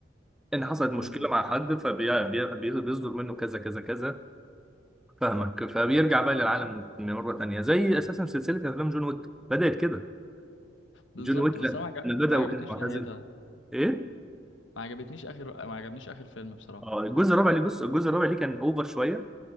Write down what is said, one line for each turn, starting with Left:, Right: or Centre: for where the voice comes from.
Centre: ان حصلت مشكله
Left: مم.
Centre: مع حد فبيصدر منه كذا كذا كذا فاهمك فبيرجع بقى للعالم مره تانيه زي اساسا سلسله افلام جون ويك بدات كده
Left: بالظبط
Centre: جون ويك
Left: بس
Centre: لما
Left: أنا ما عجب-
Centre: بدا
Left: ما
Centre: وكان
Left: عجبتنيش
Centre: معتزل
Left: نهايتها
Centre: ايه
Left: ما عجبتنيش آخر ما عجبنيش آخر فيلم بصراحة
Centre: اه الجزء الرابع اللي بص الجزء الرابع اللي كان اوفر شويه